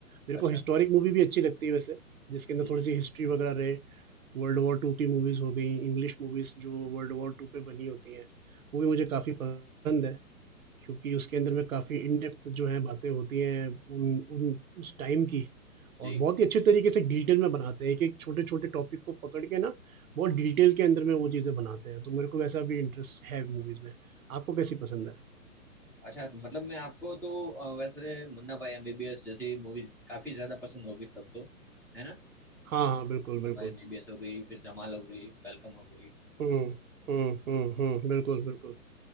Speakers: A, on the right; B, in the centre.
A: मेरे
B: अच्छा
A: को हिस्टोरिक मूवी भी अच्छी लगती है वैसे जिसके अंदर
B: जी
A: थोड़ी
B: जी
A: सी हिस्ट्री वगैरह रहे वर्ल्ड वॉर टू की मूवीज़ हो गई इंग्लिश मूवीज़ जो वर्ल्ड वॉर टू पे बनी होती हैं वो भी मुझे काफ़ी पसंद है क्योंकि उसके अंदर में काफ़ी इन डेप्थ जो है बातें होती हैं उन उन उस टाइम की
B: जी
A: और बहुत ही अच्छे तरीके से डिटेल में बनाते हैं एक एक छोटे छोटे टॉपिक को पकड़ के ना बहुत डिटेल के अंदर में वो चीज़ें बनाते हैं तो मेरे को वैसा भी इंटरेस्ट है मूवीज़ में आपको कैसी पसंद है
B: अच्छा मतलब मैं आपको तो अ, वैसे मुन्ना भाई एमबीबीएस जैसी मूवी काफी ज्यादा पसंद होगी तब तो है ना
A: हाँ हाँ बिल्कुल
B: मुन्ना
A: बिल्कुल
B: भाई एमबीबीएस हो गई फिर धमाल हो गई वेलकम हो गई
A: हम्म हम्म हम्म हम्म बिल्कुल बिल्कुल